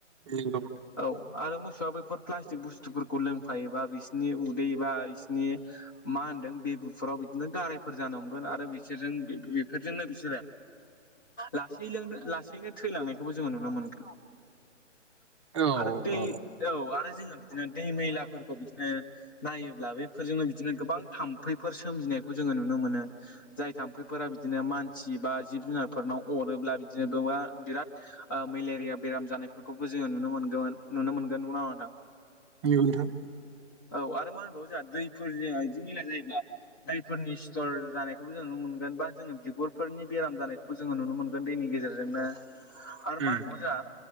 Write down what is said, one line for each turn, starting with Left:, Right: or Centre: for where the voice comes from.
Right: नंगौ।
Left: औ आरो मोसौआ बेफोर प्लास्टिक बुस्थुफोरखौ लोंफायोबा बिसिनि उदै बा बिसोरनि मा होनदों बेबुफुराव बिदिनो गारायफोर जानो हमगोन आरो बिसोरजों बेफोरजोंनो बिसोरो। लासै लों लासैनो थैलांनायखौबो जोङो नुनो मोनगोन।
Right: औ
Left: आरो दै
Right: औ
Left: औ आरो जोङो बिदिनो दै मैलाफोरखौ बिदिनो नायोब्ला बेफोरजोंनो बिदिनो गोबां थाम्फैफोर सोमजिनायखौ जोङो नुनो मोनो। जाय थाम्फैफोरा बिदिनो मानसि बा जिब- जुनारफोरनाव अरोब्ला बिदिनो बिराद मेलेरिया बेराम जानायफोरखौबो जोङो नुनो मोनगोन नुनो मोनगोन नङ नाोंथां?
Right: मानि गोनांथार।
Left: औ आरो मा होनबावो जोंहा दैफोर ज बिदि मिला जायोब्ला दैफोरनि सिथर जानायखौबो जों नुनो मोनगोन बा जोङो बिगुरफोरनि बेराम जानायखौ जोङो नुनो मोनगोन दैनि गेजेरजोंनो आरो
Right: उम
Left: मा होनबाव जों